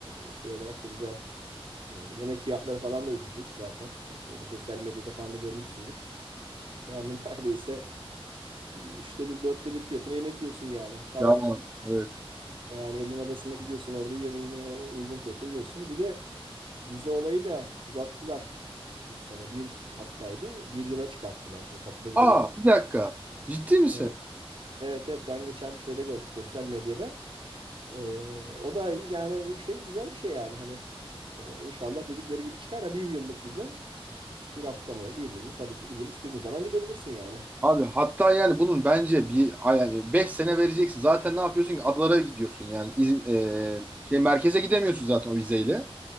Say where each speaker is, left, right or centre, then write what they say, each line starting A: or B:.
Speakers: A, on the right (about 55°); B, on the right (about 15°).
A: Ee, şey olarak da güzel. Ee, yemek fiyatları falan da ucuzmuş zaten. Ee, şeyde sosyal medyada falan da görmüşsündür. Yani <laughs> neredeyse üçte bir, dörtte bir fiyatına yemek yiyorsun yani. Ta
B: Ya evet.
A: Yani elin adasına gidiyorsun orada yemeğini o- uygun fiyata yiyorsun. Bir de vize olayı da uzattılar bu sene. Bir haftaydı. Bir yıla çıkarttılar. Şimdi kapıda vize.
B: Aa bir dakika. Ciddi misin?
A: Evet. Evet evet ben geçen şeyde gördüm sosyal medyada. Ee, o da yani şey güzel bir şey yani hani e, inşallah dedikleri gibi çıkar. Ha, bir yıllık vize bir hafta mı bir yıl mı tabii ki bir yıl istediğin zaman gidebilirsin yani.
B: Abi hatta yani bunun bence bir yani 5 sene vereceksin. Zaten ne yapıyorsun ki adalara gidiyorsun yani İzm- e, şey merkeze gidemiyorsun zaten o vizeyle.